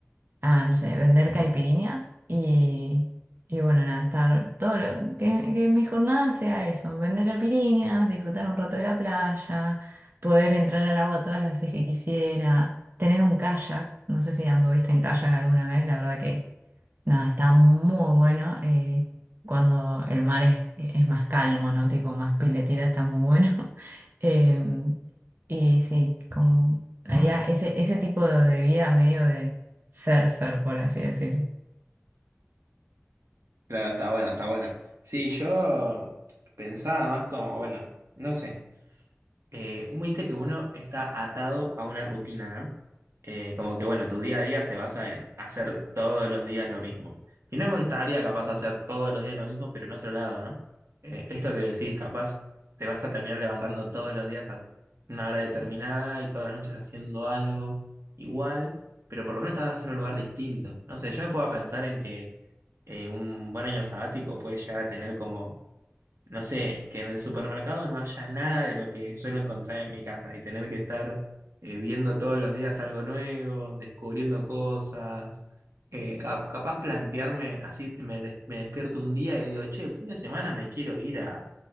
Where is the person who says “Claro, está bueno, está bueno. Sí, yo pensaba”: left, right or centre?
Right